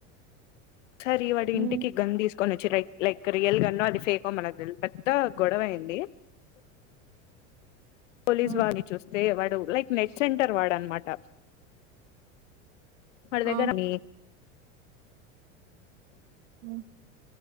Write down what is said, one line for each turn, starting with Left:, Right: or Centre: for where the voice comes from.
Left: కరి వాడి ఇంటికి
Right: ఉమ్
Left: గందిీసు కొన్ని చిరై లైక్ రియల్ గాన్నో అది ఫేకో మనకు తెలదు పెద్ద గొడవ అయింది పోలీస్
Right: ఆ
Left: వాడిని చూస్తే వాడు లైక్ నెట్ సెంటర్ వాడ అనమాట వాడి దగర
Right: ఆ
Left: నీ
Right: ఉ